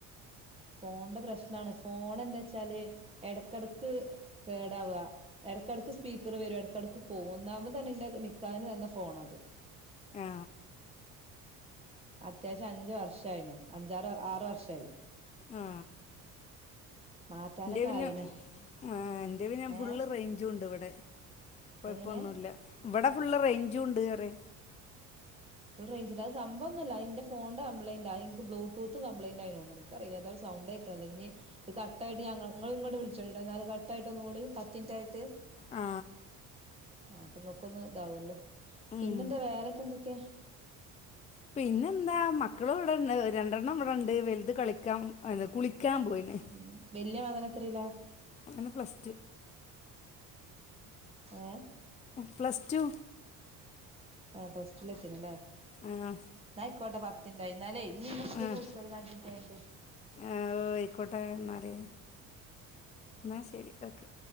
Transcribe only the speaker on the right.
ഫോൺന്റെ പ്രശ്നാണ് ഫോൺ നെന്താ വെച്ചാല് എടക്കെടക്ക് കേടാവ്വ എടക്കെടക്ക് സ്പീക്കർ വരും എടക്കെടക്ക് പോവും ഒന്നാമതെന്നല്ല ഇന്ന് നിക്കാഹ്ന് തന്ന ഫോണ അത്
അത്യാവശ്യം അഞ്ച വർഷ ആണ് അഞ്ചാറ് ആറ് വർഷായി
മാറ്റാനൊക്കെ
ആയിണ്
ഏഹ്
എങ്ങനെ
ഫുൾറേഞ്ച്ണ്ട അ സംഭവംന്നല്ല ന്റെ ഫോൺന്റെ കംപ്ലയിന്റയി നിക്ക് ബ്ലൂടൂത്ത് കംപ്ലയിൻ്റ ആയിന്നു എടുക്ക അയില്ല താണ്ടു സൗണ്ട് ആക്കണോ ഇനി ഇ കറക് ആയിട്ട് ഞങ്ങള ഇങ്ങോട്ട് വിളിച്ചോ എന്നാല കറക് ആയിട്ട്ന്ന കൂടി പത്തി ഇൻറ്റായിട്ട്
ആ അപ്പൊ ഇങ്ങക്കൊന്ന് താവല്ലോ
പിന്നെന്താ വേറൊക്കെ എന്തൊക്കെയാ
ഉം വല്യ മകനെത്രയിലാ
ഏ
ആ ഫസ്റ്റില എത്തിനല്ലേ
നായികോട്ട പ തിണ്ടായിര്ന്നാല്ലേ ഇ എ <unintelligible>
കുളിച്ചൊ നാ ഇത് കഴിഞ്ഞിട്ട്